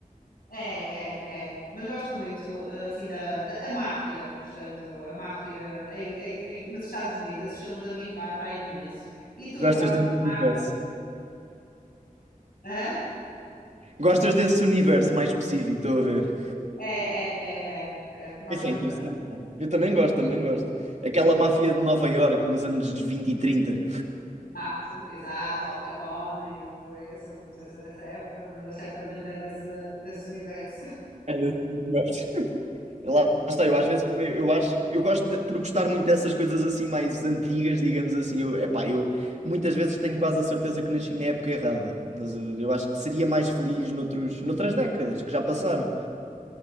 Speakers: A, on the left (about 85°); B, on the right (about 50°).
A: É, é, é. Mas gosto muito, eh, assim, da, da a máfia, portanto, a máfia em, em- em- nos Estados Unidos. Esses filmes a mim, pá, atraem-me imenso. E tu,
B: Gostas
A: para além
B: desse
A: da
B: universo?
A: máfia? Hã?
B: Gostas desse universo mais específico, estou a ver.
A: É, é, é, é, é. Gosto
B: Isso é
A: bastante.
B: interessante. pá. Eu também gosto, também gosto. Aquela máfia de Nova Iorque nos anos 20 e 30.
A: Exato, exato, Al Capone e tudo isso. Não sei se é dessa época, mas é certamente é desse, desse universo.
B: É, eu também gosto. Lá está, eu às vezes também, eu acho, eu gosto de- por gostar muito dessas coisas assim mais antigas, digamos assim, eu, epá, eu muitas vezes tenho quase a certeza que nasci na época errada, mas eh, eu acho que seria mais feliz noutros, noutras décadas que já passaram.